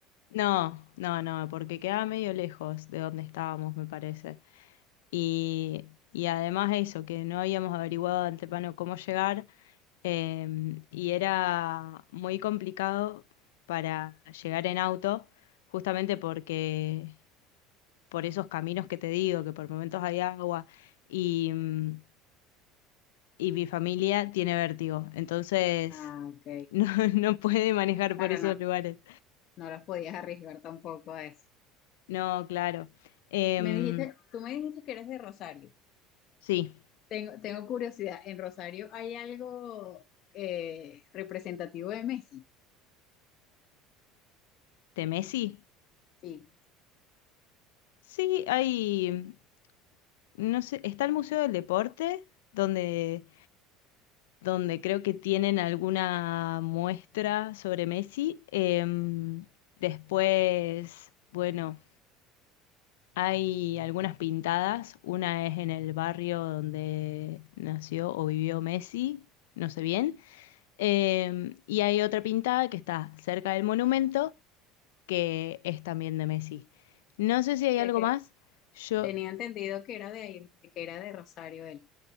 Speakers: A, on the left (about 80°); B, on the left (about 55°).
A: No, no, no, porque quedaba medio lejos de donde estábamos, me parece. Y, y además eso, que no habíamos averiguado de antemano cómo llegar. Em, y era muy complicado para llegar en auto, justamente porque por esos caminos que te digo, que por momentos hay agua y, mm, y mi familia tiene vértigo, entonces
B: Ah, ok.
A: no, <laughs> no puede manejar
B: Claro,
A: por esos
B: no,
A: lugares.
B: no los podías arriesgar tampoco a eso.
A: No, claro. Em,
B: Me dijiste, tú me dijiste que eres de Rosario.
A: sí,
B: Tengo, tengo curiosidad, ¿en Rosario hay algo eh, representativo de Messi?
A: Temesi.
B: Sí,
A: Sí, hay, no sé, está el Museo del Deporte, donde, donde creo que tienen alguna muestra sobre Messi. Em, después, bueno. Hay algunas pintadas, una es en el barrio donde nació o vivió Messi, no sé bien, eh, y hay otra pintada que está cerca del monumento que es también de Messi. No sé si hay
B: de
A: algo
B: que
A: más, yo,
B: tenía entendido que era de ahí, que era de Rosario él.